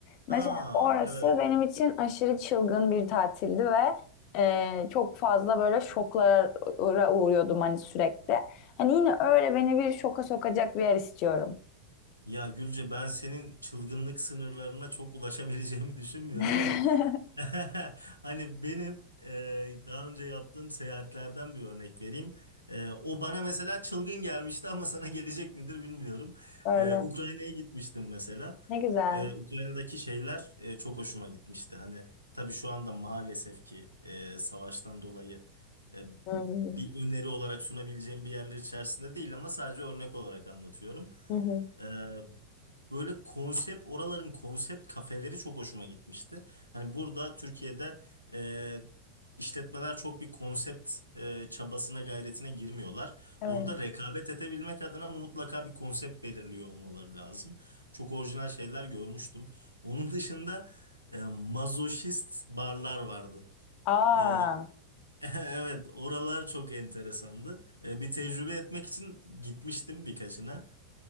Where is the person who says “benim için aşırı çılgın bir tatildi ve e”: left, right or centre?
Left